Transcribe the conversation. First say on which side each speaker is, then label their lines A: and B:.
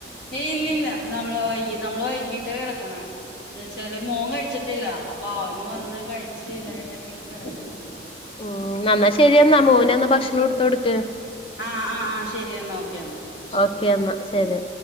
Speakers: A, on the left; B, on the left.
A: ഏ ഇല്ലല്ല നമ്മള് വൈകി നമ്മള് വൈകീട്ടാ കെടക്കണെ ന്ന് വെച്ചാല് മോൻ കഴിച്ചിട്ടില്ല അപ്പൊ അവനും വന്ന് കഴിച്ച് ഇതായിട്ടൊക്കെണ് കെടക്കണെ
B: ഉം ന്നന്ന ശെരിയെന്നാ മോന് ഞാൻ ന്നാ ഭക്ഷണംഎടുത്ത് കൊടുക്ക്
A: ആഹ് ആഹ് ആഹ് ശരി എന്നാ ഓക്കെ എന്നാ ശരി
B: ഓക്കെ ന്നാ ശെരി